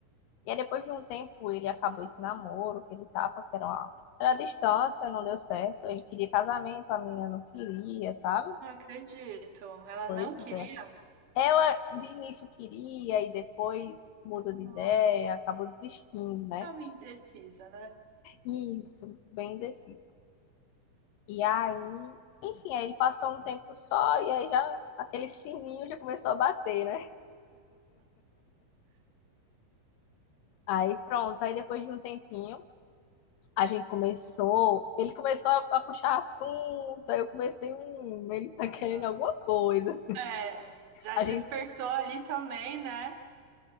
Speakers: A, on the left (about 75°); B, on the right (about 65°).
A: E aí, depois de um tempo, ele acabou esse namoro que ele tava, que era, uma... era a distância, não deu certo. Ele queria casamento, a menina não queria, sabe?
B: Não acredito. Ela
A: Pois
B: não queria?
A: é. Ela de início queria e depois mudou
B: Não.
A: de ideia, acabou desistindo, né?
B: Ela imprecisa, né?
A: Isso, bem indecisa. E aí, enfim, aí ele passou um tempo só e aí já aquele sininho já começou a bater, né? Aí pronto, aí depois de um tempinho. a gente começou, ele começou a, a puxar assunto, aí eu comecei, hum, ele tá querendo
B: Ah.
A: alguma coisa.
B: É, já
A: A
B: despertou
A: gente,
B: ali também, né?